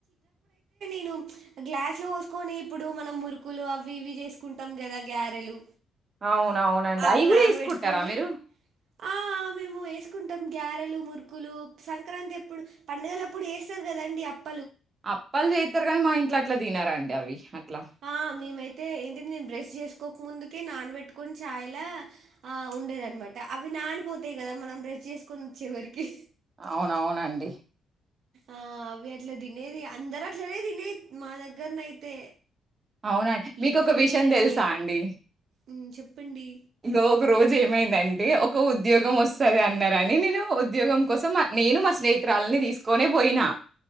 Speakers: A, on the right; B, on the right.
A: నే గ్లాస్ లో పోసుకొని ఇప్పుడు మనం మురుకులు అవి ఇవి చేసుకుంటాం కదా గారెలు
B: అవున్ అవునండి
A: అవి
B: అయి కూడా
A: నానబెట్టుకొని
B: ఏసుకుంటారా మీరు
A: ఆ మేము వేసుకుంటం గ్యారెలు మురుకులూ సంక్రాంతి అప్పుడు పండుగలు అప్పుడు ఏస్తరు కదండి అప్
B: అప్పాలు చేత్తరు గానీ మా ఇంట్ల ఆట్ తినరు అండి అవి అట్లా.
A: ఆ మేమైతే తే ఏంటిది నేను బ్రష్ చేసుకోక ముందుకే నానబెట్టుకొని చాయ్లా ఆ ఉండేదనమాట అవి నానిపోతయి. కదా మనం బ్రష్ చేసుకొని వోచ్చేవరికి
B: అవునవునండి
A: ఆ అవి అట్లా తినేది అందరు అట్లనే తినే మా దగ్గరనయితే
B: అవునండి మీకు
A: ఇప్పుడు
B: ఒక విషయం
A: తినట్లే
B: తెలుసా అండి
A: ఉమ్ చెప్పండి
B: ఇంగో ఒక రోజు ఏమైందం టే ఒక ఉద్యోగం వస్తది. అన్నరని నేను ఉద్యోగం కోసం నేను మా స్నేహితురాలనీ తీసుకొనే బోయినా